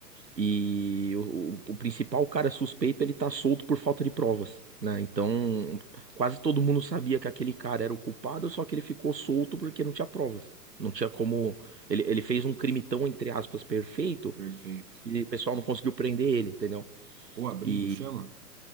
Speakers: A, on the right; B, on the right.
A: E o, o- o principal cara suspeito, ele tá solto por falta de provas, né? Então, quase todo mundo sabia que aquele cara era o culpado, só que ele ficou solto porque não tinha provas. Não tinha como... Ele, ele fez um crime tão, entre aspas, perfeito,
B: perfeito.
A: que o pessoal não conseguiu prender ele, entendeu?
B: O Abrigo
A: E
B: chama?